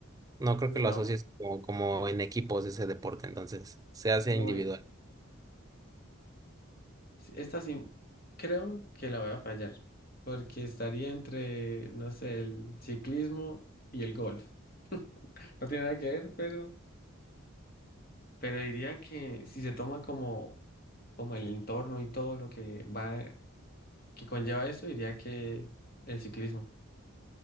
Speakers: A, on the right (about 15°); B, on the left (about 45°).
A: No creo
B: Uy,
A: que lo
B: no,
A: asocies como, como en equipos ese deporte, entonces se hace
B: voy.
A: individual.
B: Sí, Esta sí, creo que la voy a fallar, porque estaría entre, no sé, el ciclismo y el golf. No tiene nada que ver, pero, pero diría que si se toma como, como el entorno y todo lo que va, que conlleva eso, diría que el ciclismo.